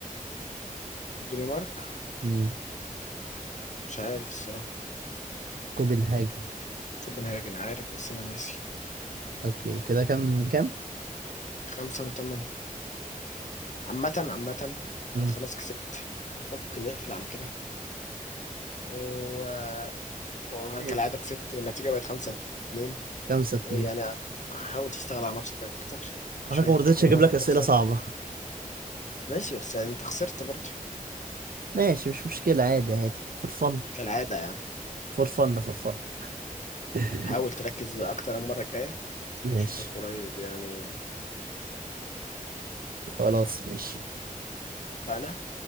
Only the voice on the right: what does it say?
مم.
كوبنهاجن
أوكي كده كام كام؟
مم.
ماشي
خمسة اتنين
على فكرة
ما رضيتش
أجيب
لك
أسئلة صعبة
ماشي مش مشكلة عادي عادي فور فن
فور فن فور فن
ماشي
خلاص ماشي